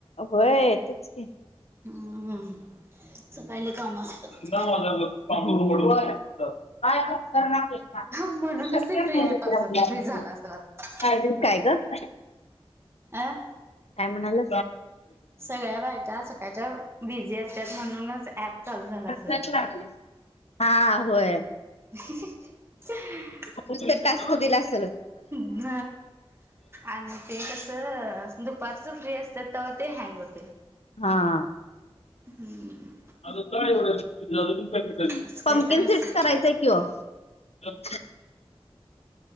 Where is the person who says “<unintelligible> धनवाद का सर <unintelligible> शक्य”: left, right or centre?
Left